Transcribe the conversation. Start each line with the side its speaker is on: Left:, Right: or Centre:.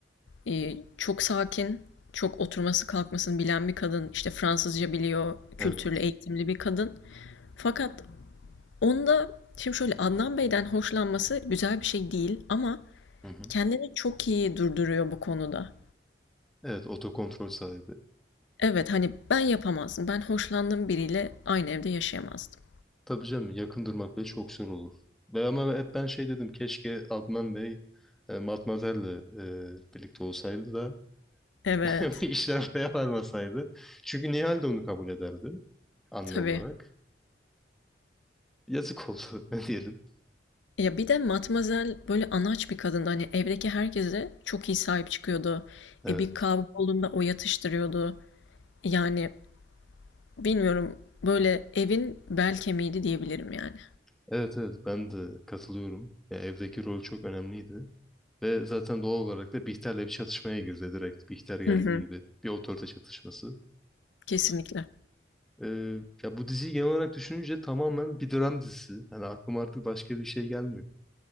Left: e, çok sakin, çok oturması kalkmasını bilen bir kadın. İşte Fransızca biliyor, kültürlü,
Centre: Evet.
Left: eğitimli bir kadın. Fakat onda şimdi şöyle Adnan Bey'den hoşlanması güzel bir şey değil ama
Centre: Hı hı.
Left: Kendini çok iyi durduruyor bu konuda.
Centre: Evet, otokontrol sahibi.
Left: Evet, hani ben yapamazdım. Ben hoşlandığım biriyle aynı evde yaşayamazdım.
Centre: Tabii canım yakın durmak bile çok zor olur. Ve ama hep ben şey dedim keşke Adnan Bey e, Matmazel'le e, birlikte olsaydı da
Left: Evet,
Centre: <laughs> İşler buraya varmasaydı. Çünkü Nihal de onu kabul ederdi anne
Left: tabii.
Centre: olarak. Yazık oldu <laughs> ne diyelim.
Left: Ya bir de Matmazel böyle anaç bir kadındı. Hani evdeki herkese çok iyi sahip çıkıyordu.
Centre: Evet.
Left: E bir kavga olduğunda o yatıştırıyordu. Yani bilmiyorum böyle evin bel kemiğiydi diyebilirim yani.
Centre: Evet evet ben de katılıyorum. Ya, evdeki rol çok önemliydi. Ve zaten doğal olarak da Bihter'le bir çatışmaya girdi direkt. Bihter geldiği
Left: Hı hı,
Centre: gibi bir otorite çatışması.
Left: kesinlikle.
Centre: Ee, ya bu diziyi genel olarak düşününce tamamen bir dram dizisi. Hani aklıma artık başka bir şey gelmiyor.